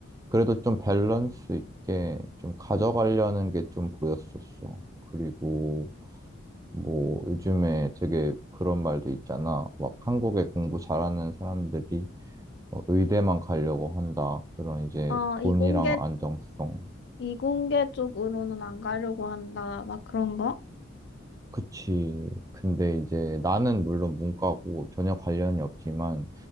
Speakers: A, on the right; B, on the left.
A: 그래도 좀 밸런스 있게 좀 가져가려는 게 좀 보였었어. 그리고 뭐 요즘에 되게 그런 말도 있잖아. 막 한국에 공부 잘하는 사람들이 뭐 의대만 가려고 한다. 그런 이제
B: 어,
A: 돈이랑
B: 이공계,
A: 안정성
B: 이공계 쪽으로는 안 가려고 한다. 막 그런 거?
A: 그치. 근데 이제 나는 물론 문과고 전혀 관련이 없지만